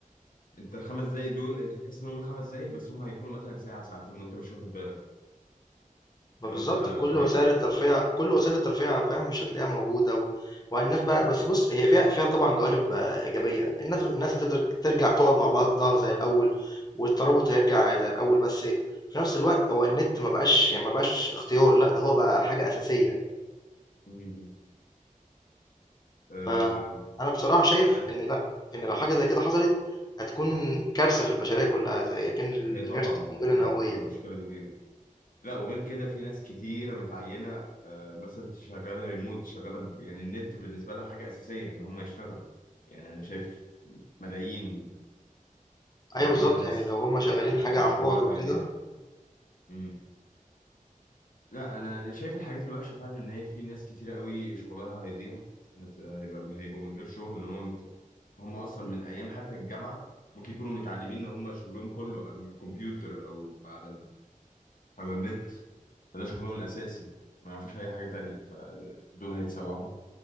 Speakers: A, on the left; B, on the left.
A: انت الخمس دقايق دول انت تحس ان هم خمس دقايق بس هم هيكونوا مثلا ساعة ساعتين وانت مش واخد بالك
B: ما
A: لو
B: بالضبط
A: انت
B: كل
A: فاهمني
B: وسائل الترفيه كل وسائل الترفيه فاهم، مش هتلاقيها موجودة و والناس بقى بس بُص، هي فيها فيها طبعًا جوانب آه، إيجابية، الناس الناس هتقدر ترجع تقعد مع بعضها زي الأول، والترابط هيرجع زي الأول، بس في نفس الوقت هو النت ما بقاش يعني ما بقاش اختيار، لأ ده هو بقى حاجة أساسية.
A: مم. آه،
B: فأنا بصراحة شايف
A: مش عارف
B: إن لأ، إن لو حاجة زي كده حصلت هتكون كارثة في البشرية كلها، زي أكن
A: هي طبعا
B: كارثة قنبلة
A: طبعا
B: نووية.
A: هتبقى مشكلة كبيرة لا وغير كده في ناس كتيرة متعينة آه، مثلا شغالة ريموت شغالة ب- يعني النت بالنسبة لها حاجة أساسية إن هم يشتغلوا يعني أنا شايف ملايين ملايين
B: أيوه بالضبط،
A: الناس
B: يعني لو هم شغالين
A: آه،
B: حاجة عن
A: شغلها
B: بُعد وكده
A: هيضيع مم. لا أنا شايف الحاجات الوحشة فعلا إن هي في ناس كتيرة قوي شغلها هيضيع هت- هيبقى هيبقوا من غير شغل إن هم مت... هم أصلا من أيام حتى الجامعة ممكن يكونوا متعلمين إن هم شغلهم كله على الكمبيوتر أو على على النت فده شغلهم الأساسي ما يعرفوش أي حاجة تانية فدول هيتسوحوا